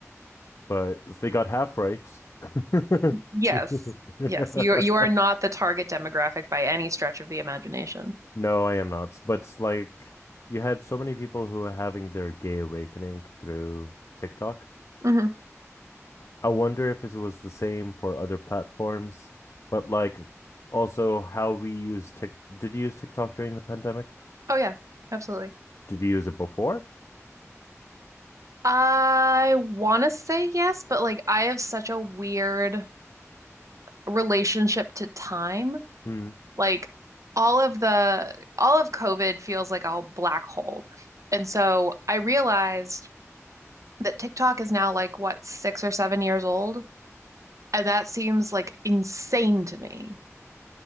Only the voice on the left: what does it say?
but they got half right. <laughs> <laughs>
No, I am not. But like you had so many people who are having their gay awakening through TikTok.
I wonder if it was the same for other platforms, but like also how we use Tik. Did you use TikTok during the pandemic?
Did you use it before?
Mm.